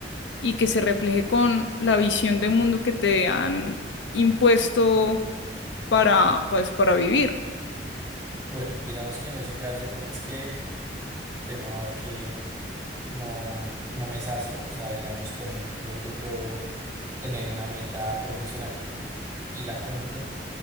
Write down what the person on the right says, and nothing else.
Bueno, digamos que en ese caso es que el tema va que no, no me sacio. O sea, digamos, por ejemplo, yo puedo tener una meta profesional y la cumplo,